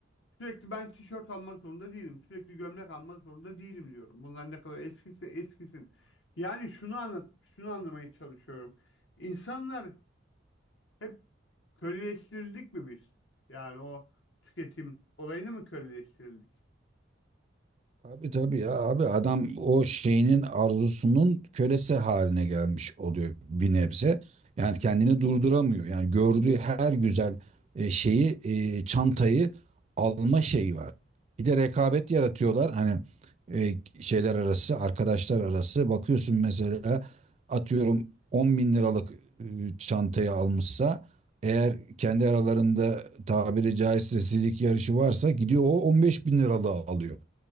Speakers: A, on the left (about 75°); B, on the right (about 35°).
A: Sürekli ben tişört almak zorunda değilim. Sürekli gömlek almak zorunda değilim diyorum. Bunlar ne kadar eskisi eskisin. Yani şunu anlat, şunu anlamaya çalışıyorum. İnsanlar hep köleleştirildik mi biz? Yani o tüketim olayını mı köleleştirildik?
B: Tabii tabii ya abi adam o şeyinin arzusunun kölesi haline gelmiş oluyor bir nebze. Yani kendini durduramıyor. Yani gördüğü her güzel e, şeyi e, çantayı alma şeyi var. Bir de rekabet yaratıyorlar. Hani e, şeyler arası, arkadaşlar arası. Bakıyorsun mesela atıyorum 10 bin liralık e, çantayı almışsa eğer kendi aralarında tabiri caizse sizlik yarışı varsa gidiyor o 15 bin liralığı alıyor.